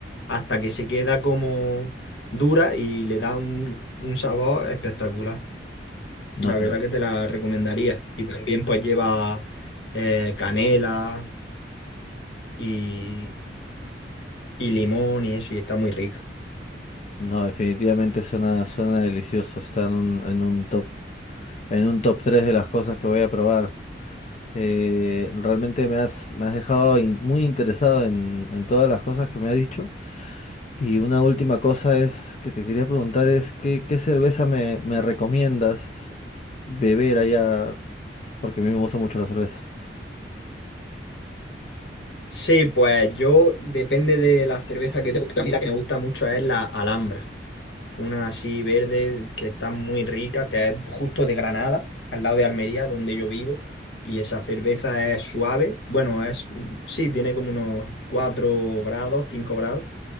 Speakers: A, on the left (about 80°); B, on the left (about 40°).
A: hasta que se queda como dura y le da un, un sabor espectacular.
B: No,
A: La
B: pero
A: verdad que te la recomendaría. Y también pues lleva eh, canela y, y limón y eso y está muy rico.
B: no, definitivamente suena, suena delicioso. Está en un, en un top, en un top 3 de las cosas que voy a probar. Eh, realmente me has, me has dejado in- muy interesado en, en todas las cosas que me has dicho. Y una última cosa es que te quería preguntar es qué, qué cerveza me, me recomiendas beber allá, porque a mí me gusta mucho la cerveza.
A: Sí, pues yo depende de la cerveza que te guste. A mí la que me gusta mucho es la Alhambra. una así verde que está muy rica, que es justo de Granada, al lado de Almería, donde yo vivo, y esa cerveza es suave, bueno, es, sí, tiene como unos 4 grados, 5 grados,